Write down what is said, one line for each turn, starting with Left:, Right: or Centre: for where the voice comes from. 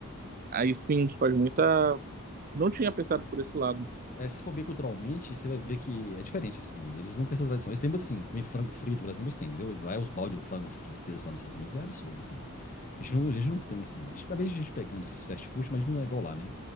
Right: Aí sim, faz muita. Não tinha pensado por esse lado.
Left: É, se for ver culturalmente, você vai ver que é diferente, assim. Eles não têm essa tradição. Eles têm muito, assim, comer frango frito, por exemplo, eles têm, entendeu? Lá é os balde de frango frito deles lá nos Estados Unidos, é absurdo, assim. A gente, não, a gente nunca tem, assim. A gente, talvez a gente pegando esses fast food, mas não é igual lá, né?